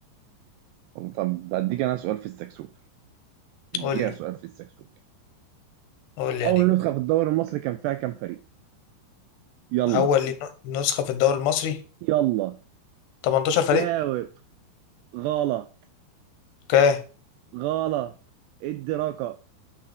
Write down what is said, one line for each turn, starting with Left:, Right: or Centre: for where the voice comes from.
Right: طب بديك انا سؤال في السكسوكه اديها
Left: قول لي
Right: سؤال في السكسوكه
Left: قول لي يا
Right: اول
Left: نجم
Right: نسخه في الدوري المصري كان فيها كام فريق يلا
Left: اول لي- نسخه في الدوري المصري
Right: يلا
Left: 18 فريق
Right: جاوب غلط
Left: اوكي
Right: غلط ادي رقم